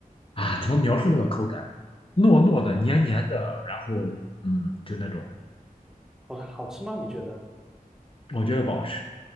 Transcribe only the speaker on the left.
啊，怎么描述那个口感？糯糯的、黏黏的，然后嗯，就那种，
我觉得不好吃。